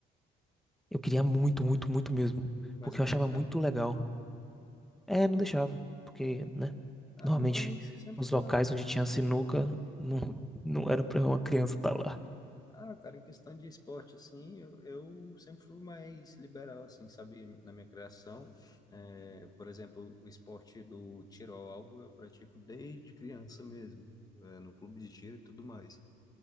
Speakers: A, in the centre; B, on the left.
A: Eu queria muito, muito, muito mesmo.
B: mas
A: Porque
B: não
A: eu
B: me
A: achava
B: deixavam.
A: muito legal. É, não deixava. Porque, né?
B: Ah,
A: Normalmente,
B: não, pra mim sempre
A: os
B: foi
A: locais
B: natural.
A: onde tinha
B: isso.
A: sinuca, não, não era pra uma criança estar lá.
B: Ah, cara, em questão de esporte, assim, eu, eu sempre fui mais liberal, assim, sabe, na minha criação. É, por exemplo, o esporte do tiro ao alvo eu pratico desde criança mesmo, é, no clube de tiro e tudo mais.